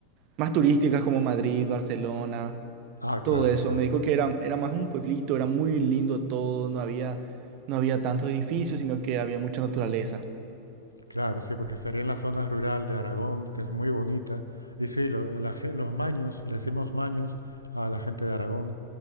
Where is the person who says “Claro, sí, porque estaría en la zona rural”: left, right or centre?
Left